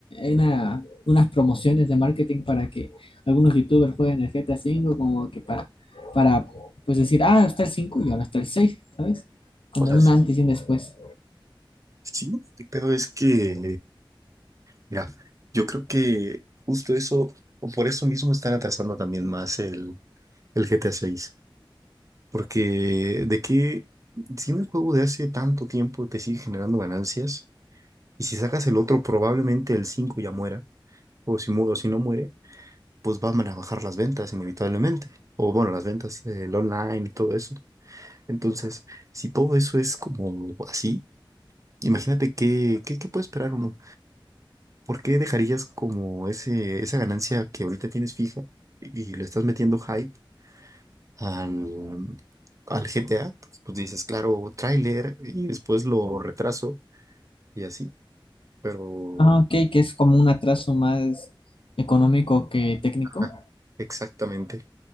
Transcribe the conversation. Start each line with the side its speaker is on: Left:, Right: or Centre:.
Left: una- unas promociones de marketing para que algunos youtubers jueguen el GTA cinco como que para, para pues decir, ah, está el 5 y ahora está el seis ¿sabes? Como
Right: O sea,
Left: un
Right: sí,
Left: antes y un después.
Right: sí, pero es que, mira, yo creo que justo eso, o por eso mismo están atrasando también más el, el GTA seis Porque de que si un juego de hace tanto tiempo te sigue generando ganancias, y si sacas el otro, probablemente el 5 ya muera, o si, mu- o si no muere, pues van a bajar las ventas inevitablemente. O bueno, las ventas, eh, el online y todo eso. Entonces, si todo eso es como así, imagínate qué, qué, qué puede esperar uno. ¿Por qué dejarías como ese, esa ganancia que ahorita tienes fija y le estás metiendo hype? al, al GTA, porque, pues pues dices, claro, tráiler y después lo retraso y así, pero
Left: Ah, ok, que es como un atraso más económico que técnico.
Right: ajá, exactamente.